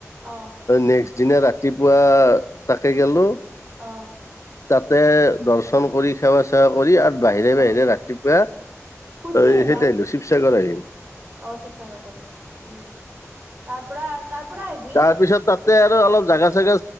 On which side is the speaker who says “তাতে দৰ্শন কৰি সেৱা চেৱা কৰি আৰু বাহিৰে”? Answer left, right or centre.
Left